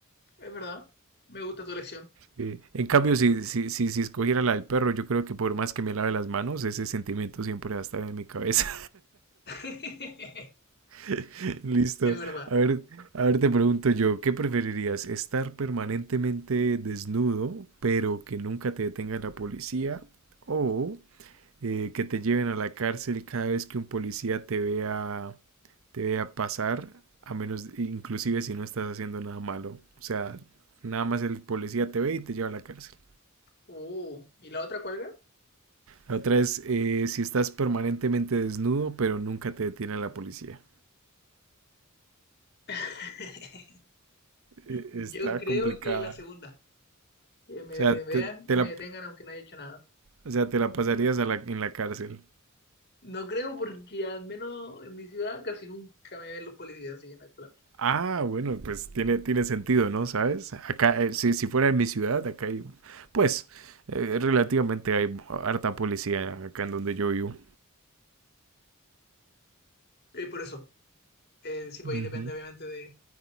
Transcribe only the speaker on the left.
Es verdad, me gusta tu elección,
me gustó.
<laughs>
Es verdad.
Uh, ¿y la otra cuál era?
<laughs>
Yo
creo
que la segunda, que me
vean
y me
detengan aunque no haya hecho nada.
No creo porque al menos en mi ciudad casi nunca me ven los policías, así que no hay problema.
Y por eso. Eh, sí, pues
ahí depende, obviamente, de.